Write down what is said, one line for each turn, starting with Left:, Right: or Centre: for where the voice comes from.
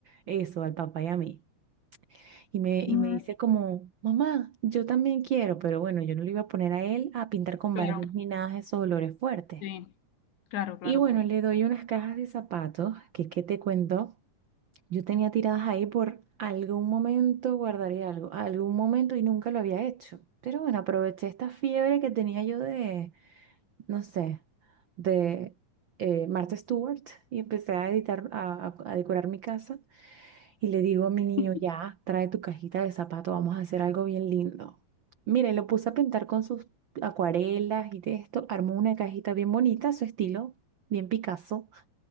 Right: eso al papá y a mí. Y me, y
Left: mm,
Right: me dice como, mamá, yo también quiero, pero bueno, yo no le iba a poner a él a pintar con
Left: Claro,
Right: barniz ni nada de esos olores fuertes.
Left: sí, claro, claro.
Right: Y bueno, le doy unas cajas de zapatos, que qué te cuento, yo tenía tiradas ahí por algún momento, guardaría algo, algún momento y nunca lo había hecho. Pero bueno, aproveché esta fiebre que tenía yo de, no sé, de eh, Martha Stewart y empecé a editar, a a- a decorar mi casa. Y le digo a
Left: <laughs>
Right: mi niño, ya, trae tu cajita de zapato, vamos a hacer algo bien lindo. Mire, lo puse a pintar con sus acuarelas y de esto, armó una cajita bien bonita, a su estilo, bien Picasso.